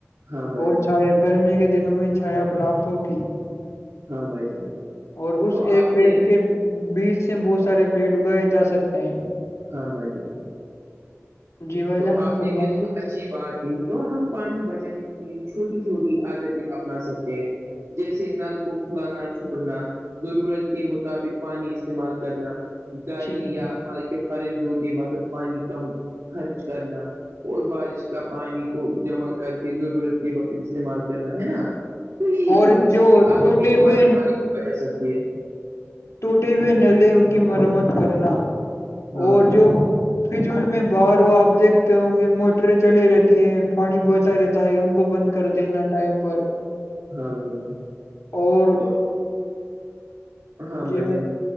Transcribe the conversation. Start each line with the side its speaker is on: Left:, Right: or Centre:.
Right: ہاں بھائی
Left: اور
Right: جان
Left: چھایا گرمی کے دنوں میں چھایا پراپت ہو کیی
Right: ہاں بھائی جان
Left: اور اس
Right: تو
Left: ایک
Right: آپ
Left: پیٹ
Right: نے
Left: کے بیچ سے بہت سارے پیڑ اگائے جا سکتے ہیں
Right: ہاں بائی جائی
Left: جی بھائی
Right: تو
Left: جان
Right: آپ
Left: فرمائیے
Right: نے بالکل اچھی بات یہی تو ہم پانی بچانے کے لیے چھوٹی چھوٹی عادتیں اپنا سکتے ہیں جیسے نل کو کھلانا چھوڑنا ضرورت کے مطابق پانی استعمال کرنا گااری
Left: جی
Right: یا مطلب کہ فرش دتی وقت پانی کم خرچ کرنا اور بارش کا پانی کو جمع کر کے ضرورت کے وقت استعمال کرنا ہے نا تو یہی
Left: اور
Right: چھوٹی
Left: جو
Right: چھوٹی عادتیں
Left: ٹوٹے ہوئے
Right: ہمارے پانی کو بچا سکتی ہے
Left: ٹوٹے ہوئے ن لے ان کی مرمت کرنا
Right: ہاں
Left: اور
Right: بھائی جان
Left: جو پجول میں باہر ہو آپ دیکھتے ہوں گے موٹریں چلے رہتی ہیں پانی بہتا رہتا ہے ان کو بند کر دینا ٹائم پر
Right: ہاں ہاں بھائی جان
Left: اور
Right: تو ہاں
Left: جی
Right: بھائی جان ب